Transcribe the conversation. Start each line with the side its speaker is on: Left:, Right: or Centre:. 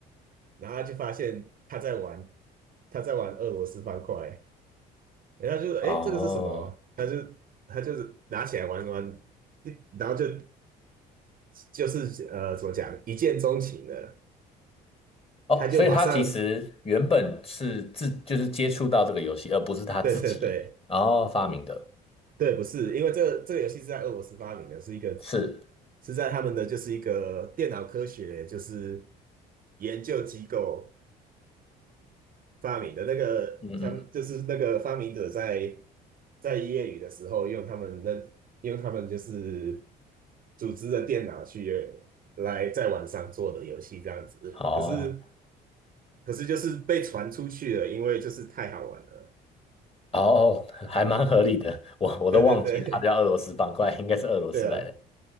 Right: 然后他就发现他在玩他在玩俄罗斯方块，然后他就说：
Left: 哦。
Right: “哎，这个是什么？”他就他就是拿起来玩一玩，然后就就是呃怎么讲一见钟情了，
Left: 哦，
Right: 他就马上
Left: 所以他其实原本是自就是接触到这个游戏，而不是他自己然后发明的。
Right: 对对对对，不是因为这个这个游戏是在俄罗斯发明的，是一个
Left: 是，
Right: 是在他们的就是一个电脑科学就是研究机构。发明的那个，
Left: 嗯嗯，
Right: 他们就是那个发明者在在业余的时候用他们那用他们就是组织的电脑去来在网上做的游戏这样子，
Left: 哦
Right: 可是可是就是被传出去了，因为就是太好玩了，
Left: 哦，还蛮合理的。我我都忘记他叫俄罗斯方块，
Right: 对对对
Left: 应该是俄罗斯来的。
Right: <laughs> 对啊，